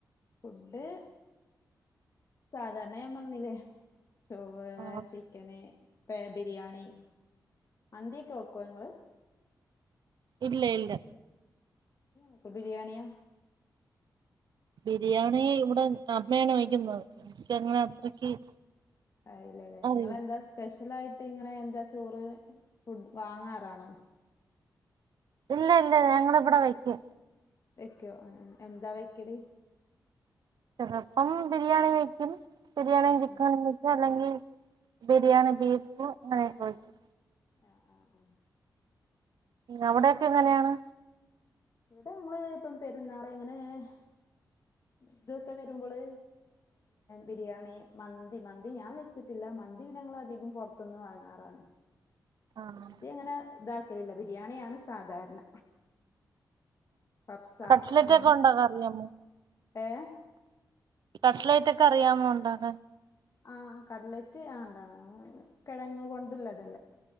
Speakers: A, on the left (about 45°); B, on the right (about 75°).
A: ഫുഡ്- സാധാരണ ഞാൻ പറഞ്ഞില്ലേ ചൊറ്
B: ആഹ്
A: ചിക്കന് ബിരിയാണി മന്തിയൊക്കെ വെക്കുവോ നിങ്ങള്
B: ഇല്ല ഇല്ല
A: ഇപ്പൊ ബിരിയാണിയ
B: ബിരിയാണി ഇവിടെ അമ്മയാണ് വയ്ക്കുന്നത് എനിക്ക് അങ്ങനെ അത്രക്ക്-
A: ഇല്ലയില്ല
B: അറിയില്ല
A: ഇങ്ങളെന്താ സ്പെഷ്യൽ ആയിട്ട് ഇങ്ങനെ എന്താ ചോറ് ഫുഡ് വാങ്ങാറാണോ
B: ഇല്ല ഇല്ല ഞങ്ങളിവിടെ വയ്ക്കും
A: വെയ്ക്കോ എന്താ വെയ്ക്കല്
B: ചെലപ്പം ബിരിയാണി വെയ്ക്കും ബിരിയാണിയും
A: ആ
B: ചിക്കനും
A: ആ
B: വയ് - ചിക്കൻ അല്ലെങ്കിൽ ബിരിയാണി ബീഫ് അങ്ങനെയൊക്കെ വക്കും
A: ആഹ് ആഹ് ആഹ്
B: അവിടെയൊക്കെ എങ്ങനെയാണ്
A: ഇവിടെ ഞങ്ങള് ഇപ്പം പെരുന്നാള് എങ്ങനെ- ഇതൊക്കെ വരുമ്പോള് ബിരിയാണി മന്തി മന്തി ഞാൻ വെച്ച് - ടില്ല മന്തി പിന്നെ ഞങ്ങള് അധികം പൊറത്ത്ന്ന് വാങ്ങാറാണ്
B: ആഹ്
A: മന്തി അങ്ങനെ ഇതാക്കലില്ല ബിരിയാണിയാണ് സാധാരണ കബ്സ
B: കട്ട്ലെറ്റ്
A: അങ്ങനെ
B: ഒക്കെ ഒണ്ടാക്കാറിയാമോ
A: ഏ
B: കട്ലെറ്റ് ഒക്കെ ട് അറിയാ ഒണ്ടാക്കാൻ
A: ആ കടലെറ്റ് ആ കെഴങ്ങ് കൊണ്ട് ഉള്ളത്